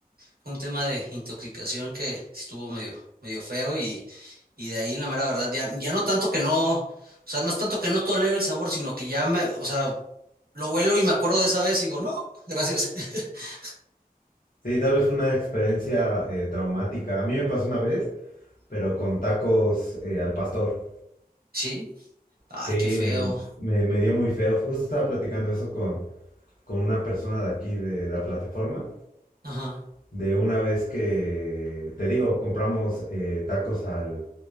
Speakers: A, on the right (about 70°); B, on the left (about 65°).
A: fue un tema de intoxicación que estuvo medio, medio feo y, y de ahí la mera verdad, ya, ya no tanto que no, o sea, no es tanto que no tolere el sabor, sino que ya me, o sea, lo huelo y me acuerdo de esa vez y digo, no, gracias. <laughs>
B: Sí, tal vez fue una experiencia eh, traumática. A mí me pasó una vez, pero con tacos eh, al pastor.
A: Sí, ay,
B: Sí,
A: qué feo.
B: me, me dio muy feo. Justo estaba platicando eso con, con una persona de aquí de la plataforma.
A: Ajá.
B: De una vez que, te digo, compramos eh, tacos al,